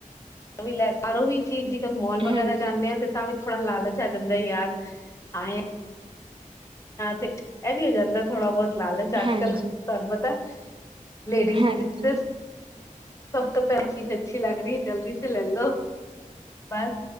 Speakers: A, on the left; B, on the right.
A: ਵੀ ਲੈ ਸਾਰੋ ਵੀ ਚੀਜ਼ ਜੇਕਰ ਮੋਲ
B: ਹਾਂਜੀ,
A: ਵਗੈਰਾ ਜਾਂਣੇ ਤੇ ਤਾਂ ਵੀ ਥੌੜਾ ਲਾਲਚ ਆ ਜਾਂਦਾ ਯਾਰ ਆਂਏ ਤੇ ਇਹ ਵੀ ਹੋ ਜਾਂਦਾ ਥੋੜਾ ਬੋਤ ਲਾਲਚ ਅੱਜ-ਕਲ੍ਹ
B: ਹਾਂਜੀ,
A: ਤੁਹਾਨੂੰ ਪਤਾ ਲੇਡੀਜ਼
B: ਹਾਂਜੀ,
A: <unintelligible> ਸਭ ਤੋਂ ਪਹਿਲੀ ਚੀਜ਼ ਅੱਛੀ ਲੱਗ ਰਹੀ ਜਲਦੀ ਸੇ ਲੈ ਲੋ ਬਸ